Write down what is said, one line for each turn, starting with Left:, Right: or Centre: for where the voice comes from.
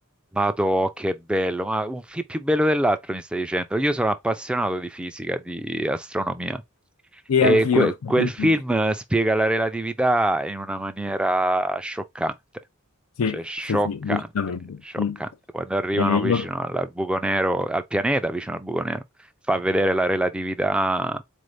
Centre: Madò, che bello, ma un film più bello dell'altro mi stai dicendo. Io sono appassionato di fisica, di astronomia
Left: E
Centre: e
Left: anch'io.
Centre: que-
Left: <laughs>
Centre: quel film eh, spiega la relatività in una maniera scioccante,
Left: Sì,
Centre: cioè scioccante,
Left: sì, sì, decisamente.
Centre: scioccante.
Left: Mm.
Centre: Quando arrivano
Left: Eh, io-
Centre: vicino al al buco nero, al pianeta vicino al buco nero, fa vedere la relatività